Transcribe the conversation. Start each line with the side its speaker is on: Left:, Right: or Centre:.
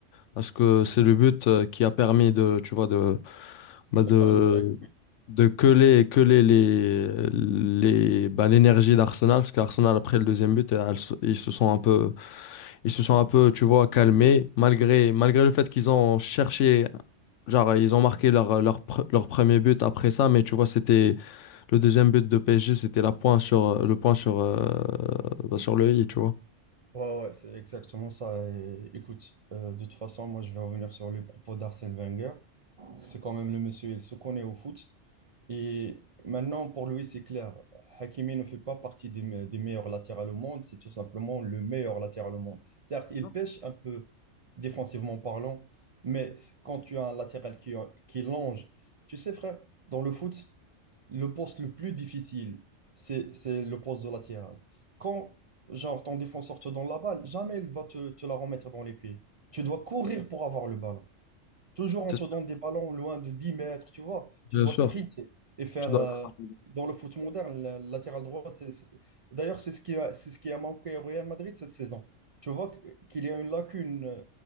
Left: Parce que c'est le but euh, qui a permis de, tu vois, de, bah, de,
Right: Par le break.
Left: de coller, coller les, les, bah, l'énergie d'Arsenal. Parce qu'Arsenal, après le deuxième but, elle se- ils se sont un peu, ils se sont un peu, tu vois, calmés. Malgré, malgré le fait qu'ils ont cherché, genre, ils ont marqué leur, leur, pr- leur premier but après ça. Mais tu vois, c'était le deuxième but de PSG, c'était la point sur, le point sur, euh, bah, sur le i, tu vois.
Right: Ouais, ouais, c'est exactement ça. Et écoute, euh, de toute façon, moi, je vais revenir sur les propos d'Arsène Wenger. C'est quand même le monsieur, il se connaît au foot. Et maintenant, pour lui, c'est clair. Hakimi ne fait pas partie des, me- des meilleurs latéraux au monde. C'est tout simplement le meilleur latéral au monde. Certes, il
Left: Non,
Right: pêche un peu défensivement parlant, mais c- quand tu as un latéral qui, qui longe, tu sais, frère, dans le foot, le poste le plus difficile, c'est, c'est le poste de latéral. Quand, genre, ton défenseur te donne la balle, jamais il va te, te la remettre dans les pieds. Tu dois courir pour avoir le ballon. Toujours on
Left: c'est
Right: te
Left: sûr.
Right: donne des ballons loin de 10 mètres, tu vois. Tu
Left: Bien
Right: dois
Left: sûr,
Right: sprinter et faire,
Left: je suis d'accord.
Right: euh, dans le foot moderne, le latéral droit. c'est- c'est- D'ailleurs, c'est ce qui a, c'est ce qui a manqué au Real Madrid cette saison. Tu vois que- qu'il y a une lacune euh,